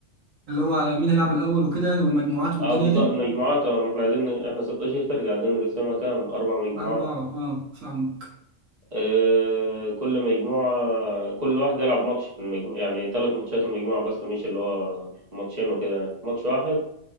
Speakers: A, on the right; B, on the right.
A: اللي هو على مين هيلعب الاول وكده يعني والمجموعات والدنيا
B: اه بالظبط
A: دي
B: المجموعات اه ما احنا عايزين احنا 16 فرقة عايزين نقسمها كام اربع مجموعات
A: اربعه اه فاهمك
B: آه، كل مجموعة كل واحد يلعب ماتش في المجموعة يعني ثلاث ماتشات المجموعة بس مش اللي هو ماتشين وكده يعني ماتش واحد